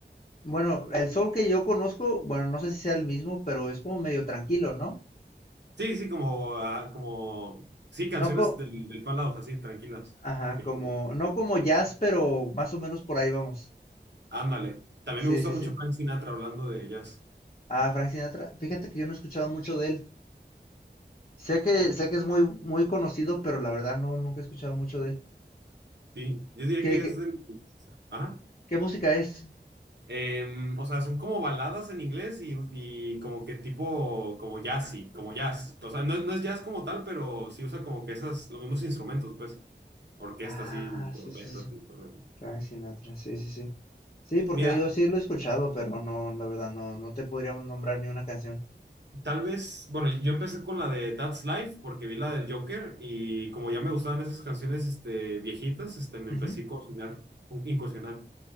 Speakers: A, on the left (about 40°); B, on the right (about 75°).
A: Bueno, el Soul que yo conozco, bueno, no sé si sea el mismo, pero es como medio tranquilo, ¿no?
B: Sí, sí, como, ah, como, sí, canciones
A: No co
B: del, del Fallout, así, tranquilas,
A: ajá,
B: viejito.
A: como, no como jazz, pero más o menos por ahí vamos.
B: Ándale. También
A: Sí,
B: me gusta
A: sí,
B: mucho
A: sí.
B: Frank Sinatra hablando de ellas.
A: Ah, Frank Sinatra, fíjate que yo no he escuchado mucho de él. Sé que,
B: Ok,
A: sé que es muy, muy conocido, pero la verdad no, nunca he escuchado mucho de él.
B: sí, yo diría
A: ¿Qué,
B: que
A: qué,
B: es de... mi- Ajá.
A: qué música es?
B: Em, o sea, son como baladas en inglés y, y como que tipo, como jazzy, como jazz. O sea, no es, no es jazz como tal, pero sí usa como que esas, los mismos instrumentos, pues, orquestas
A: Ah,
B: y trompetas
A: sí, sí, sí. sí.
B: y todo eso.
A: Frank Sinatra, sí, sí, sí. Sí, porque
B: Mira,
A: digo, sí lo he escuchado, pero no, la verdad, no, no te podría nombrar ni una canción.
B: tal vez, bueno, yo empecé con la de That's Life porque vi la del Joker y como ya me gustaban esas canciones, este, viejitas, este, me
A: Ujú.
B: empecé a cocinar, incursionar.